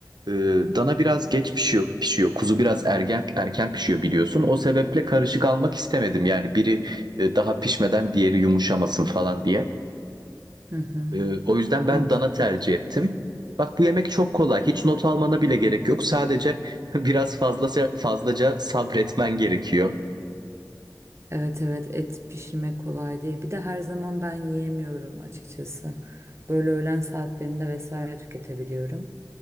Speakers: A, on the right; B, on the right.
A: Ee, dana biraz geç pişiyor, pişiyor. Kuzu biraz erken erken pişiyor biliyorsun. O sebeple karışık almak istemedim. Yani biri e, daha pişmeden diğeri yumuşamasın falan diye.
B: Hı hı.
A: Ee, o yüzden
B: Mantı.
A: ben dana tercih ettim. Bak bu yemek çok kolay. Hiç not almana bile gerek yok. Sadece <laughs> biraz fazlaca fazlaca sabretmen gerekiyor.
B: Evet evet et pişirmek kolay değil. Bir de her zaman ben yiyemiyorum açıkçası. Böyle öğlen saatlerinde vesaire tüketebiliyorum.